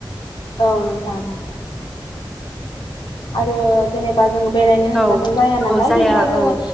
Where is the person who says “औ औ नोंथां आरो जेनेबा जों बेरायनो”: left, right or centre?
Left